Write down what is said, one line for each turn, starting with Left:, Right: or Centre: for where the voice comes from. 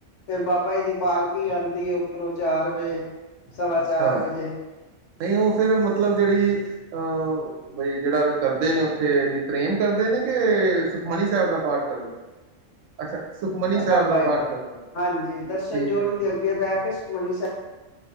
Left: ਫਿਰ ਬਾਬਾ ਜੀ ਦੀ ਪਾਲਕੀ ਆਉਂਦੀ ਹੈ। ਉੱਪਰੋਂ ਸਵਾ
Right: ਅੱਛਾ
Left: ਚਾਰ ਵਜੇ
Right: ਨਹੀਂ ਉਹ ਫਿਰ ਮਤਲਬ ਜਿਹੜੀ ਆ ਬਈ, ਜਿਹੜੇ ਉੱਥੇ ਕਰਦੇ ਨੇ, ਉਹ ਨਿਤਨੇਮ ਕਰਦੇ ਨੇ ਜੀ। ਸੁਖਮਨੀ ਸਾਹਿਬ ਦਾ ਪਾਠ ਕਰਦੇ। ਅੱਛਾ, ਸੁਖਮਨੀ ਸਾਹਿਬ ਦਾ ਪਾਠ।
Left: ਬਾਬਾ ਜੀ ਦਾ
Right: ਕਰਦੇ
Left: ਹਾਂਜੀ ਦਰਸ਼ਨ
Right: ਠੀਕ
Left: ਡਿਓੜੀ
Right: ਹੈ ਠੀਕ
Left: ਦੇ ਅੱਗੇ ਬਹਿ ਕੇ ਸੁਖਮਨੀ ਸਾਹਿਬ